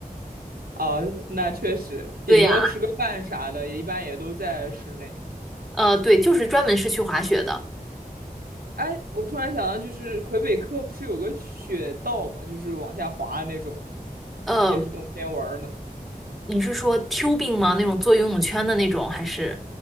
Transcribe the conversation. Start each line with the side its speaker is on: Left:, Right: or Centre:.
Right: 啊，那确实，顶多吃个饭啥的，
Centre: 对呀，
Right: 也一般也都在室内。
Centre: 呃，对，就是专门是去滑雪的。
Right: 哎，我突然想到，就是魁北克不是有个雪道吗？就是往下滑的那种，
Centre: 呃，
Right: 也是冬天玩儿的。
Centre: 你是说 tubing 吗？那种做游泳圈的那种，还是？